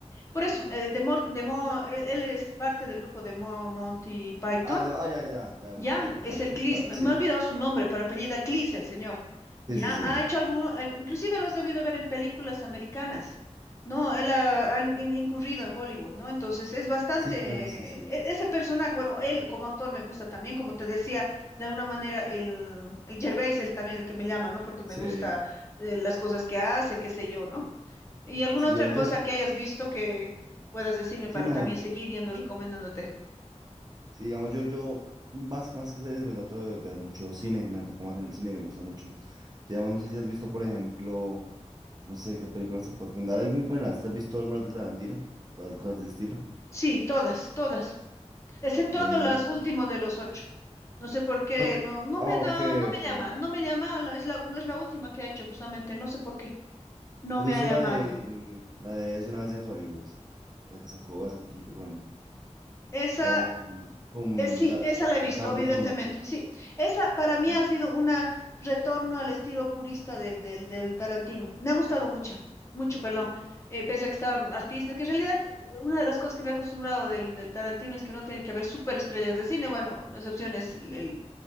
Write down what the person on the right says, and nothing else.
Ah, no, ah, ya, ya, ya, ya,
Monty Python,
ya,
ya
sé cuál,
sí.
Sí, sí, sí.
Sí, pero sí, sí.
Sí,
sí,
yo,
yo,
sí,
no,
sí, digamos, yo, yo, más que, más que series, me trato de ver mucho cine, me enfoco más en el cine, me gusta mucho. Digamos, no sé si has visto, por ejemplo, no sé qué películas te puedo recomendar, hay muy buenas, ¿has visto algunas de Tarantino? Cosas, cosas de ese estilo.
Bien, bien.
No,
ok,
ok.
¿Te has
visto
la de em, la de hace una vez en Hollywood? La que sacó hace poquito con
con con,
ta-
con
DiCaprio
y con Brad Pitt.
Sí,